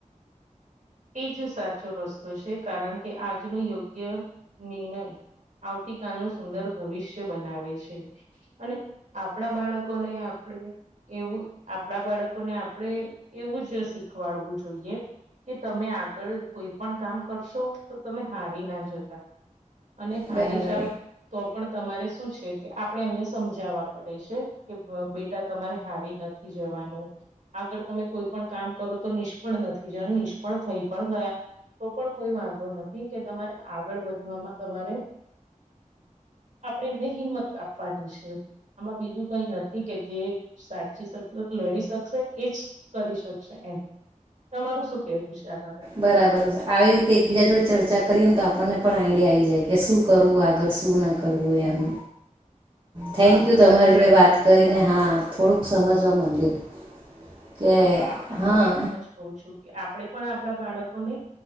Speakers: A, on the right; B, on the right.
A: એ જ સાચો રસ્તો છે કારણ કે આજનો યોગ્ય નિર્ણય આવતી કાલનું સુંદર ભવિષ્ય બનાવે છે. અને આપણા બાળકોને આપણે એવું આપણા બાળકોને આપણેે એવું જ શીખવાડવું જોઈએ. કે તમે આગળ કોઈ પણ કામ કરશો તો તમે હારી ના જતા. અને હારી
B: બરાબર
A: જાવ. તો પણ તમારે શું છે કે આપણે એમને સમજાવા પડે છે કે ભ બેટા તમારે હારી નથ થી જવાનું આગળ તમે કોઈ પણ કામ કરો તો નિષ્ફળ નથી જ નિષ ફળ પણ થઈ પણ ગયા. તો પણ કોઈ વાંધો નથી કે તમારે આગળ વધવામાં તમારે આપણે એમને હિંમત આપવાની છે આમાં બીજું કઈ નથી કે જે સાચી શક લડી શકશે એજ કરી શકશે એમ તમારું શું? કહેવું છે આપ
B: બરાબર જ આવી તે એકબીજા જોડે ચર્ચા કરીએ ન તો આપણને પણ આઈડિયા આવી જાય કે શું કરવું આગળ શું ના કરવું એમ. થેન્ક
A: હા
B: યુ તમારી
A: સાચી
B: જોડે વાત
A: છે
B: કરીને
A: તમારી
B: હા. થોડુંક સમજવા માંડ્યું કે હા.
A: કવુ છું કે આપણે પણ આપણા બાળકોને